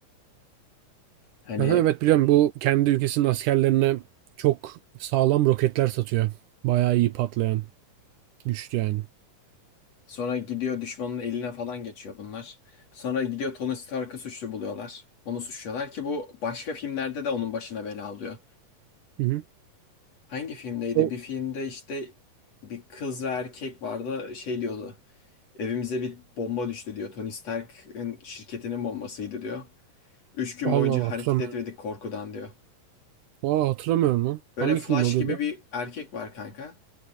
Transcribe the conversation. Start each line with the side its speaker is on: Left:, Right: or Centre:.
Left: Hani
Right: Aha, evet biliyorum bu kendi ülkesinin askerlerine çok sağlam roketler satıyor. Bayağı iyi patlayan. Güçlü yani.
Left: Sonra gidiyor düşmanın eline falan geçiyor bunlar. Sonra gidiyor Tony Stark'ı suçlu buluyorlar. Onu suçluyorlar ki bu başka filmlerde de onun başına bela alıyor.
Right: Hı hı.
Left: Hangi filmdeydi?
Right: O
Left: Bir filmde işte bir kız ve erkek vardı şey diyordu. Evimize bir bomba düştü diyor. Tony Stark'ın şirketinin bombasıydı diyor. Üç gün
Right: Allah
Left: boyunca
Right: Allah hatırlamıyorum.
Left: hareket etmedik korkudan diyor.
Right: Aa hatırlamıyorum lan.
Left: Böyle
Right: Hangi
Left: Flash
Right: filmde oluyordu?
Left: gibi bir erkek var kanka.